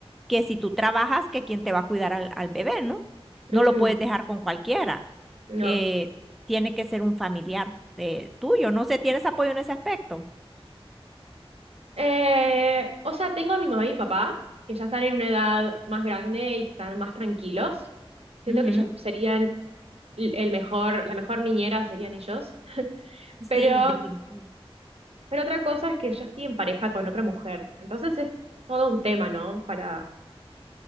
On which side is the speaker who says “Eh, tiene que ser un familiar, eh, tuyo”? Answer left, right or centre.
Centre